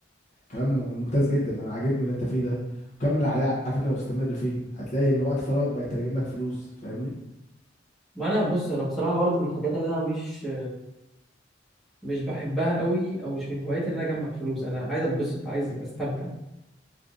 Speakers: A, on the left (about 40°); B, in the centre.
A: كلام ممتاز جدا انا عاجبني اللي انت فيه ده وكمل عليه على فكرة واستمر فيه هتلاقي ان وقت فراغك بقى يترجم لك فلوس فاهمني
B: ما انا بص انا بصراحه برضو من الحاجات اللي انا مش مش بحبها قوي او مش من هواياتي ان انا اجمع فلوس انا عايز اتبسط عايز استمتع